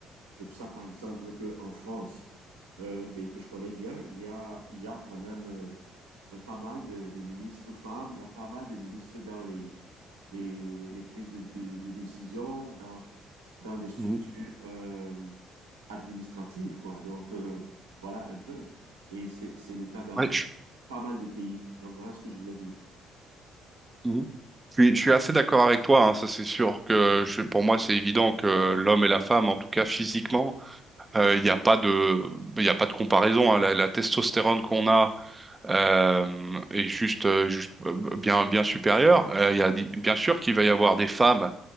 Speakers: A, on the right; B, on the right.
A: C'est pour ça, par exemple, qu'en France, euh, un pays que je connais bien, il y a, il y a quand même euh, pas mal de, de, ministres femmes, il y a pas mal de ministres dans les, les, les prises de, de, de décision, dans, dans des structures
B: Mhm.
A: euh, administrative, quoi. Donc, euh, voilà un peu. Et c'est, c'est le cas dans
B: Ouais, je,
A: pas mal de pays. Donc, voilà ce que je voulais dire.
B: Mhm. Je suis, je suis assez d'accord avec toi, hein, ça c'est sûr que je- pour moi c'est évident que l'homme et la femme, en tout cas physiquement, euh, il n'y a pas de, il y a pas de comparaison. hein. la, la testostérone qu'on a euh, est juste, euh, juste, euh, bien, bien supérieure. Euh, il y a, di- bien sûr qu'il va y avoir des femmes